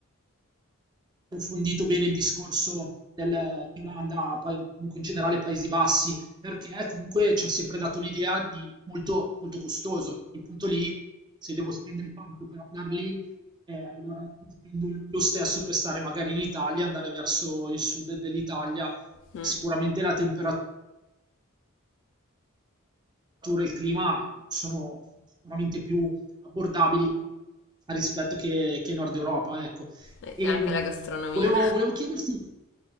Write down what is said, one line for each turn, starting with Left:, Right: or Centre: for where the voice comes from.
Right: approfondito bene il discorso del- di Olanda, poi comunque in generale Paesi Bassi, perché comunque ci hanno sempre dato l'idea di molto, molto costoso. A quel punto lì, se devo spendere tanto per andare lì, eh, allora spendo lo stesso per stare magari in Italia, andare verso il sud dell'Italia.
Left: mm.
Right: Sicuramente la temperatura e il clima sono sicuramente più abbordabili rispetto che, che il nord Europa, ecco.
Left: E
Right: E,
Left: anche
Right: mh,
Left: la gastronomia.
Right: volevo, volevo chiederti,